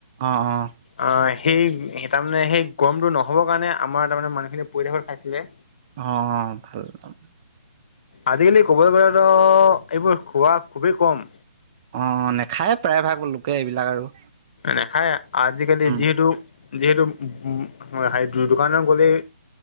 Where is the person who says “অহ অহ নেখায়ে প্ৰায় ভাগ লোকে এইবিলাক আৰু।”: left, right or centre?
Right